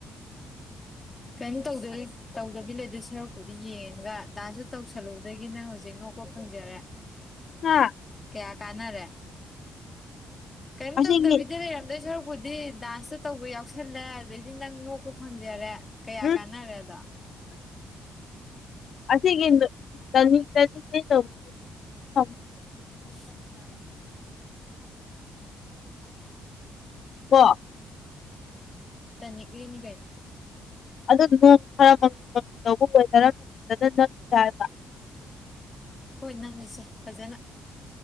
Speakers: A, on the left (about 25°); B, on the left (about 55°).
A: ꯀꯩꯝ ꯇꯧꯗꯦꯍꯦ ꯇꯧꯗꯕꯤ ꯂꯩꯗ ꯁꯔꯨꯛꯄꯨꯗꯤ ꯌꯦꯡꯉꯒ ꯗꯥꯟꯁꯇꯨ ꯇꯧꯁꯤꯜꯂꯨꯕꯗꯒꯤ ꯅꯪ ꯍꯧꯖꯤꯛ ꯅꯣꯛꯄ ꯐꯪꯖꯔꯦ
B: ꯍꯥ
A: ꯀꯌꯥ ꯀꯥꯟꯅꯔꯦ ꯀꯔꯤꯝ
B: ꯑꯁꯤꯒꯤ
A: ꯇꯧꯗꯕꯤꯗ ꯂꯩꯔꯝꯗꯣꯏ ꯁꯔꯨꯛ ꯕꯨꯗꯤ ꯗꯥꯟꯁꯇꯨ ꯇꯧꯕ ꯌꯥꯎꯁꯜꯂꯦ ꯑꯗꯩꯗꯤ ꯅꯪ ꯅꯣꯛꯄ ꯐꯪꯖꯔꯦ ꯀꯌꯥ
B: ꯎꯝ
A: ꯀꯥꯟꯅꯔꯦ ꯑꯗꯣ
B: ꯑꯁꯤꯒꯤ ꯇꯅꯤꯛ ꯇꯅꯤꯛꯂꯦ ꯇꯧꯕꯩꯖꯦ <unintelligible>
A: <inaudible>
B: ꯀꯣ <inaudible>
A: ꯇꯅꯤꯛꯂꯤꯅꯤ ꯀꯩꯅꯣ
B: ꯑꯗꯨꯗꯣ ꯅꯣꯡ ꯈꯔ ꯃꯪꯂꯤ ꯃꯪꯂꯤ ꯇꯧꯕ ꯋꯦꯗꯔ ꯑꯃꯗ ꯐꯖꯅ ꯅꯝꯁꯤ ꯍꯥꯏꯕ
A: ꯍꯣꯏ ꯅꯝꯖꯤꯁꯦ ꯐꯖꯅ